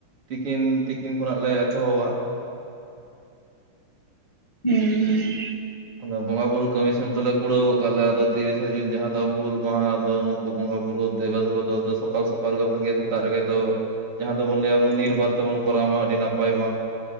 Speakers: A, on the right; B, on the left.
A: ᱛᱤᱠᱤᱱ, ᱛᱤᱠᱤᱱ ᱠᱷᱚᱱᱼᱟᱜ ᱞᱮ, ᱮᱛᱚᱦᱚᱵᱟ ᱾
B: ᱦᱩᱸᱻ ᱦᱩᱸᱻ ᱾
A: ᱟᱫᱚ, ᱵᱚᱸᱜᱟ ᱵᱩᱨᱩ ᱠᱟᱹᱢᱤ ᱥᱮᱫ ᱫᱚᱞᱮ, ᱠᱩᱲᱟᱹᱣ ᱟᱠᱟᱫ ᱞᱮᱭᱟ ᱾ ᱟᱫᱚ, ᱛᱤᱨᱤᱥᱟᱹ ᱡᱩᱱ ᱡᱟᱦᱟᱸ ᱫᱚ, ᱟᱵᱚ ᱦᱩᱞ ᱢᱟᱦᱟ ᱫᱚ ᱵᱚᱸᱜᱟ ᱵᱩᱨᱩ ᱫᱮᱵᱟᱼ ᱫᱮᱵᱟ ᱫᱚ, ᱥᱚᱞ ᱥᱚᱠᱟᱞ ᱜᱮ, ᱵᱷᱟᱜᱮᱭᱟ ᱾ ᱥᱮᱛᱟᱜ ᱨᱮᱜᱮ ᱫᱚ ᱡᱟᱦᱟᱸ ᱫᱚ ᱵᱚᱱ ᱞᱟᱹᱭ ᱟᱵᱚᱱ, ᱱᱤᱨᱵᱟᱨ ᱛᱮ ᱵᱚᱱ ᱠᱚᱨᱟᱣ ᱢᱟ, ᱟᱹᱰᱤ ᱱᱟᱯᱟᱭᱚᱜᱼᱟ ᱾